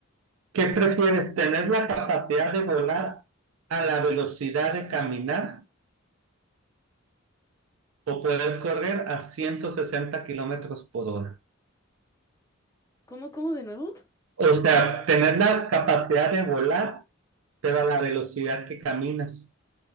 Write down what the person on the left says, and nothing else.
¿Cómo, cómo de nuevo?